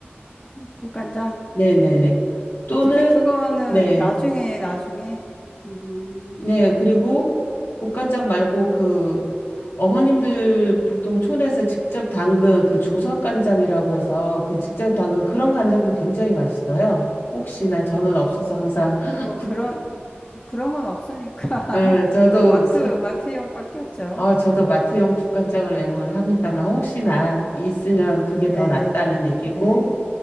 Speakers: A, on the left (about 30°); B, on the left (about 70°).
A: 국간장?
B: 네네네. 또는
A: 어차피 그거는
B: 네.
A: 나중에, 나중에. 음.
B: 네. 그리고 국간장 말고 그 어머님들 보통 촌에서 직접 담근 그 조선간장이라고 해서 그 직접 담근 그런 간장도 굉장히 맛있어요. 혹시나 저는 없어서 항상 <laughs>
A: 뭐
B: 국,
A: 그런 그, 그런 건 없으니까 <laughs>
B: 예, 저도
A: 마트
B: 사,
A: 마트용밖에 없죠.
B: 어, 저도 마트용 국간장을 내보면 합니다만 혹시나 있으면 그게 더
A: 네네네
B: 낫다는 얘기고
A: 네